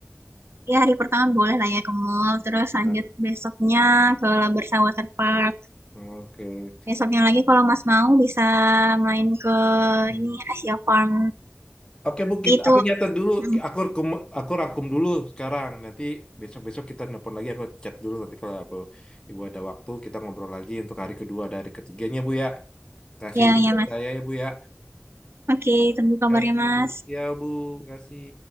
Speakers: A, on the right; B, on the left.
A: Ya hari pertama boleh lah ya ke mall, terus
B: Nah,
A: lanjut besoknya ke Labrador Water Park.
B: oke.
A: Besoknya lagi kalau mas mau bisa main ke
B: Hmm.
A: ini Asia Farm.
B: Oke Bu, kita,
A: Itu,
B: aku nyatet dulu,
A: hmm.
B: aku rangkum, aku rangkum dulu sekarang. Nanti besok-besok kita nelpon lagi, aku chat dulu nanti kalau Bu, Ibu ada waktu kita ngobrol lagi untuk hari kedua dari ketiganya Bu ya. Kasih
A: Ya,
B: hidup
A: ya
B: buat
A: mas.
B: saya ya Bu ya.
A: Oke, tunggu kabarnya
B: Kasih
A: mas.
B: ya Bu, kasih.